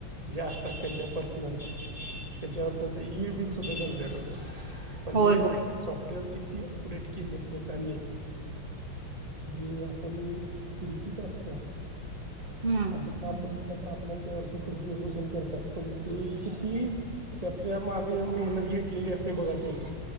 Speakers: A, on the right (about 20°); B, on the right (about 45°).
A: जे असतात त्यांच्या पर्सनल त्याच्यावर त्यांच ईई बिल सुद्धा जनरेट होत. म्हणजे
B: होय, होय.
A: सॉफ्टवेअर किती अपडेट केलेत लोकांनी हे आपण किंचित असत,
B: हम्म.
A: आणि ते काम बघित न तर आपल्याला काय वाटतं खुर्चीवरर वसून करतात पण ते किती त्याच्या मागे मेहनत घेतलेली असते बघा त्यांनी